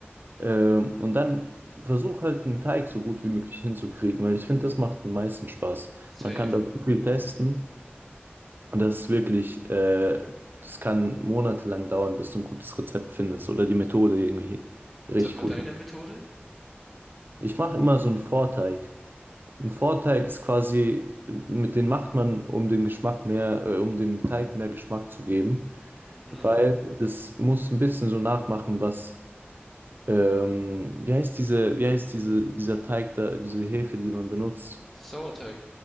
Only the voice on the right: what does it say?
Ähm, und dann versuch halt einen Teig so gut wie möglich hinzukriegen, weil ich finde, das macht am meisten Spaß.
Man kann da so viel testen und das ist wirklich, äh, das kann monatelang dauern, bis du ein gutes Rezept findest oder die Methode irgendwie richtig
gut
hin.
Ich mache immer so einen Vorteig. Ein Vorteig ist quasi, mit den macht man, um den Geschmack mehr, äh, um dem Teig mehr Geschmack zu geben,
weil das muss ein bisschen so nachmachen, was, ähm, wie heißt diese, wie heißt diese, dieser Teig da, diese Hefe, die man benutzt?